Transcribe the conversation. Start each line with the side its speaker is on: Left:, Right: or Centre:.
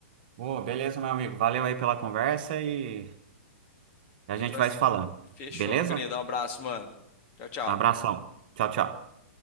Right: Ô, beleza, meu amigo. Valeu aí pela conversa e a
Left: A gente
Right: gente
Left: vai.
Right: vai se falando.
Left: Fechou,
Right: Beleza?
Left: meu querido. Um abraço, mano. Tchau, tchau.
Right: Um Abração. Tchau, tchau.